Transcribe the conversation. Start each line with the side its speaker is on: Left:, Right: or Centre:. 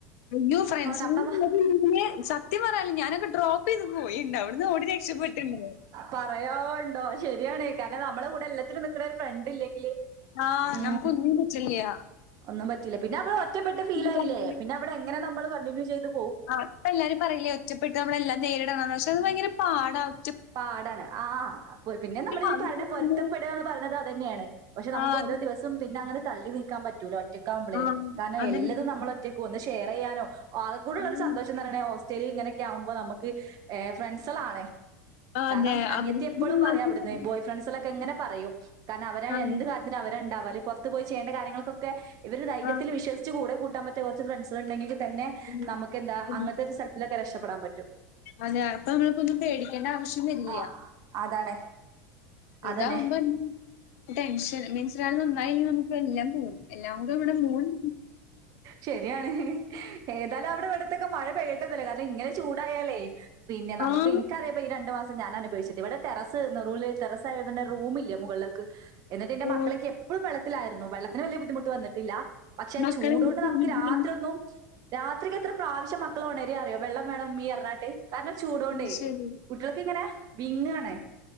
Left: അയ്യോ ഫ്രണ്ട്സന്ന്
Right: നമ്മ
Left: പറഞ്ഞ് കഴിഞ്ഞാ ച സത്യം പറയാല്ലോ ഞാനൊക്കെ ഡ്രോപ്പ് ചെയ്ത് പോയിണ്ട് അവിടുന്ന് ഓടി രക്ഷപ്പെട്ടുണ്ട്
Right: പറയാൻണ്ടോ ശെരിയാണ് കാരണം നമ്മളെ കൂടെ എല്ലാത്തിനും നിക്കണ ഒരു ഫ്രണ്ട് ഇല്ലെങ്കില്
Left: ആഹ്
Right: ഉം
Left: നമുക്കൊന്നിനും പറ്റില്ല്യാ
Right: ഒന്നും പറ്റില്ല പിന്നെ അവടെ ഒറ്റപ്പെട്ട ഫീൽ ആയില്ലേ
Left: പറഞ്ഞാല്.
Right: പിന്നെ അവിടെ എങ്ങനെ നമ്മൾ കണ്ടിന്യൂ ചെയ്തു
Left: ആഹ് ഇപ്പൊ എല്ലാരും പറയില്ലേ ഒറ്റപ്പെട്ട് നമ്മളെല്ലാം നേരിടണംന്ന് പക്ഷെ അത് ഭയങ്കര പാടാണ്
Right: പാടാണ് ആഹ് പിന്നെ നമ്മള് ഈ
Left: ആവശ്യം
Right: പറയണ പൊരുത്തപ്പെടുക
Left: വന്ന്
Right: എന്ന് പറയണത് അത് തന്നെയാണ് പക്ഷെ നമുക്ക്
Left: ആ അത്
Right: ഓരോ ദിവസം പിന്നെ അങ്ങനെ തള്ളി നീക്കാൻ പറ്റൂല ഒറ്റക്കാവുമ്പളേ
Left: ആ
Right: കാരണം
Left: അതിന്
Right: എല്ലാതും നമ്മള് ഒറ്റയ്ക്ക് ഒന്ന് ഷെയർ ചെയ്യാനോ ആകെകൂടെയുള്ള
Left: അത്
Right: ഒരു സന്തോഷം തരണെ ഹോസ്റ്റല് ഇങ്ങനൊക്കെ ആകുമ്പോ നമ്മക്ക് ഫ്രണ്ട്സുകളാണ്
Left: ആ
Right: കാരണം
Left: അതെ
Right: അനിയത്തി
Left: അവർക്ക്
Right: എപ്പോളും പറയും അവിടുന്ന് ബോയ് ഫ്രണ്ട്സ്കള് ക്ക് ഇങ്ങനെ പറയും കാരണം അവരാണ്
Left: ആണ്
Right: എന്ത് കാര്യത്തിനും അവരാ ഉണ്ടാവ അല്ലെ പുറത്ത് പോയി ചെയ്യേണ്ട കാര്യങ്ങൾക്കൊക്കെ ഇവര് ധൈര്യത്തിൽ
Left: ആ
Right: വിശ്വസിച്ച് കൂടെ കൂട്ടാൻ പറ്റിയ കുറച്ച് ഫ്രണ്ട്സ്കളുണ്ടെങ്കിൽ തന്നെ
Left: ഉം.
Right: നമുക്ക് എന്താ
Left: ഉം.
Right: അങ്ങനത്തെ ഒരു ഇതിലൊക്കെ രക്ഷപ്പെടാൻ പറ്റും
Left: അതെ അപ്പൊ നമ്മൾക്കൊന്നും പേടിക്കേണ്ട ആവശ്യം വരില്ല
Right: ആ അതാണ്
Left: ഇതാവുമ്പോ
Right: അതന്നെ
Left: ടെൻഷൻ മീൻസ് ഒരാള് നന്നായില്ലേ നമുക്ക് എല്ലാം പോവും എല്ലാം കൂടെ ഇവിടെ മൂള്
Right: ശെരിയാണ് ഏതായാലും അവിടെവിടുത്തെ മഴ പെയ്യട്ടന്നല്ലേ കാര്യം ഇങ്ങനെ ചൂടായാലേ പിന്നെ നമുക്ക്
Left: ആ
Right: എനിക്കറിയാപ്പോ ഈ രണ്ട് മാസം ഞാൻ അനു ഇവിടെ ടെറസ് നുറൂൽ ടെറസ് ആയത് കൊണ്ട് റൂമില്ല മുകളിലേക്ക് എന്നിട്ട് എന്റെ
Left: ഓ!
Right: മക്കള് ഒക്കെ എപ്പളും വെള്ളത്തിലായിരുന്നു വെള്ളത്തിന് വലിയ ബുദ്ധിമുട്ട് വന്നിട്ടില്ല പക്ഷെ
Left: മക്കളെന്താ
Right: ചൂടോണ്ട്
Left: ചെയ്യിക്കണെ?
Right: നമുക്ക് രാത്രി ഒന്നും രാത്രിയൊക്കെ എത്ര പ്രാവശ്യ മക്കള് ഉണരും അറിയോ വെള്ളം വേണം ഉമ്മീന്ന് പറഞ്ഞിട്ട് കാരണം ചൂടോണ്ടേ
Left: അത് ശരി.
Right: കുട്ടികളൊക്കെ ഇങ്ങനെ വിങ്ങുവാണ്